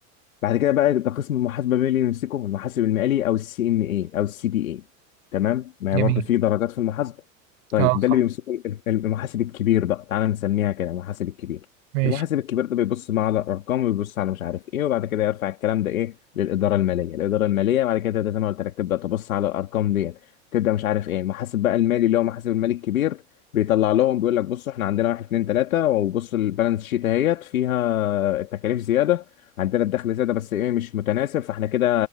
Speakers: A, on the left; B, on the right.
A: بعد كده بقى ده قسم المحاسبه مين اللي يمسكه المحاسب المالي او السي ام اي او السي بي اي تمام ما هي
B: جميل
A: برضه في درجات في المحاسبه طيب
B: اه صح
A: ده اللي بيمسكه ال- المحاسب الكبير بقى تعالى نسميها كده المحاسب الكبير
B: ماشي
A: المحاسب الكبير ده بيبص بقى على الارقام وبيبص على مش عارف ايه وبعد كده يرفع الكلام ده ايه للاداره الماليه الاداره الماليه بعد كده تبدا زي ما قلت لك تبدا تبص على الارقام دي تبدا مش عارف ايه المحاسب بقى المالي اللي هو محاسب المالي الكبير بيطلع لهم بيقول لك بصوا احنا عندنا واحد اتنين تلاته وبصوا البالانس شيت اهيت فيها التكاليف زياده عندنا الدخل زيادة بس ايه مش متناسب فاحنا كده